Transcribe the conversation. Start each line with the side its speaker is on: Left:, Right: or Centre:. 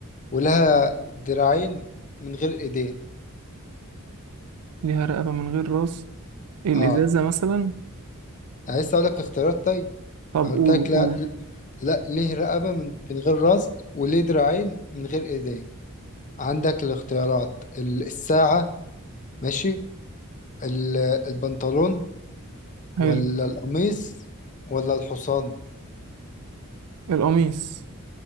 Left: ولها دراعين من غير ايدين
Right: ليها رقبة من غير راس الازازة
Left: اه
Right: مثلا
Left: انا لسه اقولك اختيارات طيب
Right: طب
Left: أنا
Right: قول
Left: قلتلك
Right: قول
Left: لا لا ليه رقبة من من غير راس وليه دراعين من غير ايدين عندك الاختيارات ال- الساعة ماشي ال- البنطلون
Right: حلو
Left: ولا القميص ولا الحصان
Right: القميص